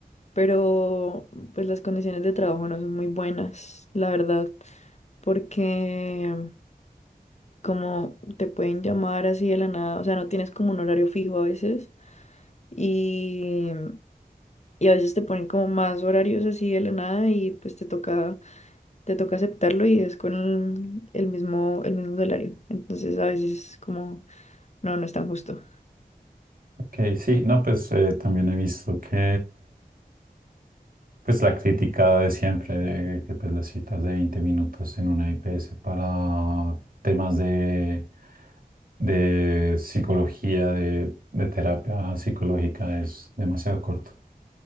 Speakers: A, on the left (about 45°); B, on the right (about 65°).
A: pero pues las condiciones de trabajo no son muy buenas, la verdad, porque como te pueden llamar así de la nada, o sea, no tienes como un horario fijo a veces y, y a veces te ponen como más horarios así de la nada y pues te toca, te toca aceptarlo y es con el, el mismo, el mismo salario. Entonces a veces es como, no, no es tan justo.
B: ok, sí, no, pues eh, también he visto que... Pues la crítica de siempre, de que pues las citas de 20 minutos en una IPS para temas de, de psicología, de, de terapia psicológica es demasiado corto.